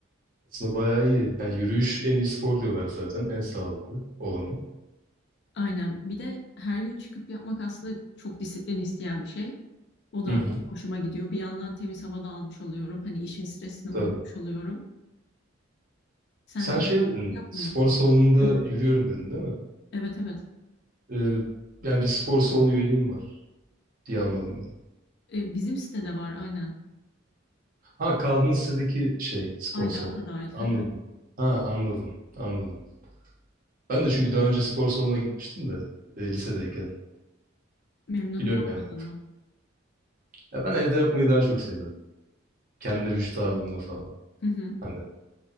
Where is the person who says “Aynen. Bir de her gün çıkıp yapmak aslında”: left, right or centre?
Left